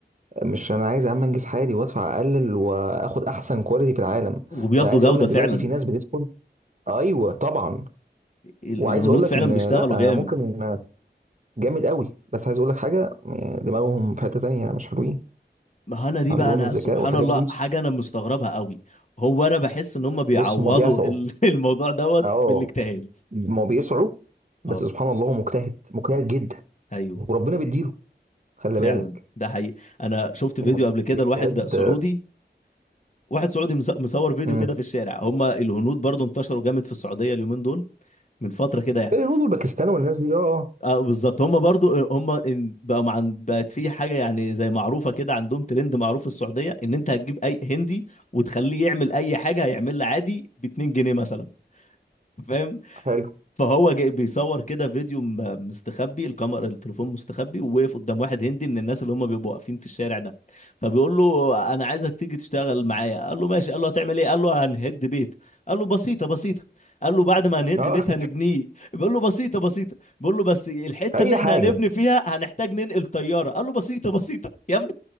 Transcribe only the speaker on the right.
مش انا عايز يا عم انجز حالي وادفع اقلل واخد احسن كواليتي في العالم ده
انا عايز
اقول لك
دلوقتي في ناس بتدخل ايوه طبعا
وعايز
اقول لك
ان
لا
انا ممكن جامد قوي بس عايز اقول لك حاجه آه، دماغهم في حته تانية مش حلوين
عندهم
الذكاء
والحاجات
دي
بص هما بيسعوا
اه
ما بيسعوا بس
سبحان الله هو مجتهد مجتهد جدا
وربنا بيديله خلي
بالك
يعني
الاجتهاد
امم
الهنود والباكستان والناس دي اه
آه، حلو
اه
<laughs> اي
حاجه